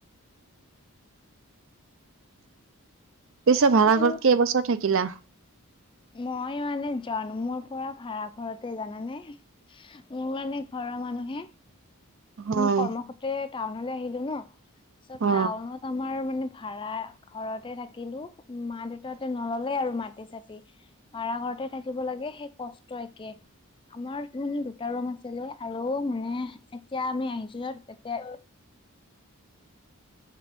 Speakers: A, on the right; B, on the left.
A: পিছত
B: সেইটো
A: ভাড়া ঘৰত কেইবছৰ থাকিলা?
B: মই মানে জন্মৰ পৰা ভাৰা ঘৰতে জানানে। মোৰ মানে ঘৰৰ মানুহে
A: হয়
B: আমি কৰ্মসূত্ৰে টাউনলৈ আহিলো ন, চ',
A: অ
B: টাউনত আমাৰ মানে ভাড়া ঘৰতে থাকিলো মা, দেউতাহতে নললে আৰু মাটি, চাতি। ভাৰা ঘৰতে থাকিব লাগে, সেই কষ্ট একে। আমাৰ মানে দুটা ৰুম আছিলে, আৰু মানে এতিয়া আমি আহিছো য'ত এতিয়া